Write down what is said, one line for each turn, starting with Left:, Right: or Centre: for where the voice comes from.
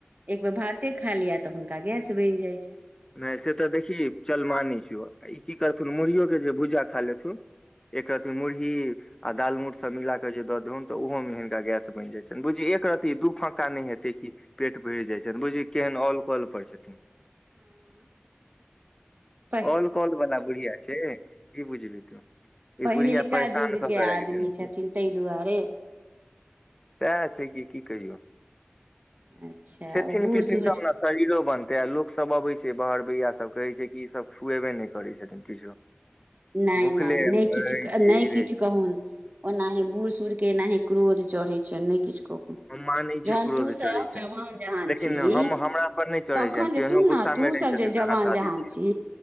Right: एक बेर भाते खा लिअ तऽ हुनका गैस बनि जाइ छनि
Left: नहि से तऽ देखिहीं चलमाने छीयौ ई की करथुन मुरहीयो के जे भुजा खा लेथुन एकरती मुड़ही आ दाल मूट सभ मिलाकऽ जे दऽ दहुन तऽ ओहोमे हिनका गैस बनि जाइ छनि बुझिहीं एक रत्ती दू फँका नहि हेतै की पेट भरि जाइ छनि बुझहीं केहन औल कल पर छथिन
Right: ऐं-ह-ह
Left: ऑल कॉल वला बुढ़िया छै की बुझबिंहीं
Right: पहिलका
Left: ई बुढ़िया परेशान
Right: युग
Left: कऽ के राखि
Right: आदमी
Left: देने छै
Right: छथिन ताहि दुआरे
Left: सहाए छै कि की कहियो
Right: अच्छा
Left: खेथिन
Right: ओ बूढ़
Left: पीथिन
Right: सूढ़
Left: तब ने शरीरो बनतै आ लोक सब अबे छै बाहर भैया सब कहै छै की ई सब खुएबे नहि करै छथिन किछो
Right: नै
Left: भुखले
Right: नै
Left: रहै
Right: नहि किछ
Left: छै
Right: नहि
Left: ई रहै
Right: किछ
Left: छै
Right: कहून ओनाहिं बूढ़ सूढ़के एनाहिं क्रोध चढ़ै छै नहि किछ कहून
Left: हम मानै छियै
Right: जहन
Left: क्रोध
Right: तू सब
Left: चढ़ै छनि
Right: जवान जहान
Left: लेकिन
Right: छीहिं
Left: हम हमरा पर नहि चढ़ै
Right: तखन
Left: छनि केहनो
Right: जे सुन ने
Left: गुस्सा
Right: तू
Left: मे रहै
Right: सब
Left: छथिन
Right: जे जवान
Left: तऽ हँसा
Right: जहान
Left: दै छियै
Right: छी